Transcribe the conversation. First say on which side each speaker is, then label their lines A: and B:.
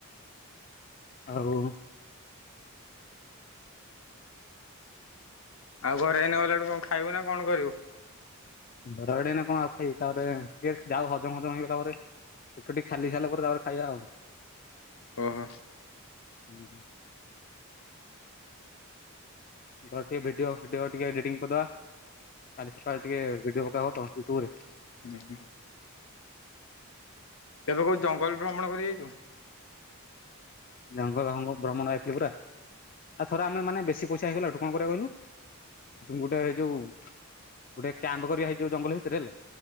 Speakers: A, on the left; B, on the left.
A: ହଉ।
B: ଆଉ ଘରେ ଏଇନେ ଗଲାଠୁ ଖାଇବୁ ନା କଣ କରିବ
A: ବରଡେ ନା କଣ ଆଉ ଖାଇ ତାପରେ ଟିକେ ଯାହା ହଜମ ହଜମ ହେଇଗଲା ପରେ ପେଟ ଖାଲି ସାରିଲା ପରେ ତାପରେ ଖାଇବା ଆଉ
B: ଓହୋ।
A: ହୁଁ ହୁଁ <inaudible> ଧର ଟିକେ ଭିଡିଓିଡିଓ ଟିକେ ଏଡିଟିଂ କରିଦବା କାଲି ସକାଳେ ଟିକେ ଭିଡିଓ ପକେଇବ ତ ୟୁଟୁବ ରେ
B: ହୁଁ ହୁଁ। ତେବେ କୋଉ ଜଙ୍ଗଲ ଭ୍ରମଣ କରି ଯାଇଛୁ।
A: ଜଙ୍ଗଲ ଭ୍ରମଣ ହେଇଥିଲି ପୁରା। ଆଉ ଥର ଆମେ ମାନେ ବେଶୀ ପଇସା ହେଇଗଲା ଟୁ କରିବା କହିଲୁ ଗୋଟେ ଏଇ ଯୋଉ ଗୋଟେ କ୍ୟାମ୍ପ କରିବା ହେଇ ଯୋଉ ଜଙ୍ଗଲ ଭିତରେ ହେଲା